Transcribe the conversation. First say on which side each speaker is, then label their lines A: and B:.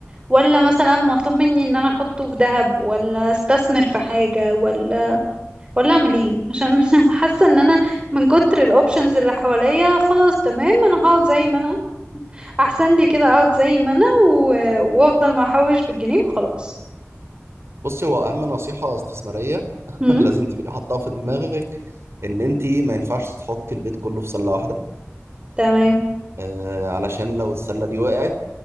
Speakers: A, on the right (about 20°); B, on the right (about 65°).
A: ولا مثلا مطلوب مني ان انا احطه في ذهب ولا استثمر في حاجة ولا ولا اعمل ايه عشان <laughs> حاسة ان انا من كتر الاوبشنز اللي حواليا خلاص تمام انا هقعد زي ما انا احسن لي كده اقعد زي ما انا و... وافضل ما احوش بالجنيه وخلاص
B: بصي هو أهم نصيحة استثمارية <laughs>
A: امم
B: لازم تبقي حاطها في دماغك إن أنت ما ينفعش تحطي البيت كله في سلة واحدة
A: تمام
B: آه علشان لو السلة دي وقعت